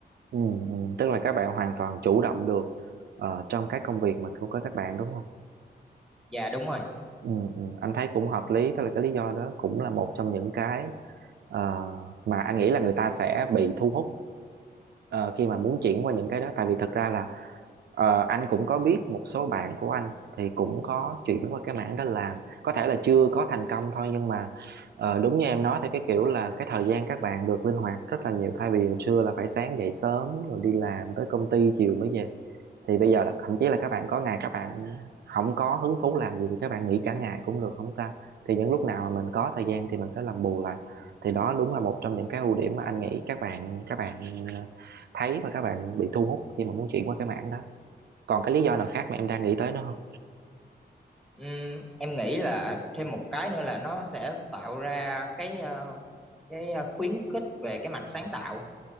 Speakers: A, on the right; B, in the centre.
A: ừ. ừ. tức là các bạn hoàn toàn chủ động được ờ, trong các công việc mà của các bạn đúng không
B: dạ đúng rồi
A: Ừ, ừ, anh thấy cũng hợp lý tức là cái lý do đó cũng là một trong những cái ờ, mà anh nghĩ là người ta sẽ bị thu hút ờ, khi mà muốn chuyển qua những cái đó tại vì thật ra là ờ, anh cũng có biết một số bạn của anh thì cũng có chuyển qua cái mảng đó làm có thể là chưa có thành công thôi nhưng mà ờ, đúng như em nói thì cái kiểu là cái thời gian các bạn được linh hoạt rất là nhiều thay vì hồi xưa là phải sáng dậy sớm rồi đi làm tới công ty chiều mới về thì bây giờ là thậm chí là các bạn có ngày các bạn không có hứng thú làm gì thì các bạn nghỉ cả ngày cũng được không sao thì những lúc nào mà mình có thời gian thì mình sẽ làm bù lại thì đó đúng là một trong những cái ưu điểm mà anh nghĩ các bạn các bạn thấy và các bạn bị thu hút khi mà muốn chuyển qua cái mảng đó còn cái lý do nào khác mà em đang nghĩ tới nữa không
B: Ừm, em nghĩ là thêm một cái nữa là nó sẽ tạo ra cái ờ, cái ờ, khuyến khích về cái mặt sáng tạo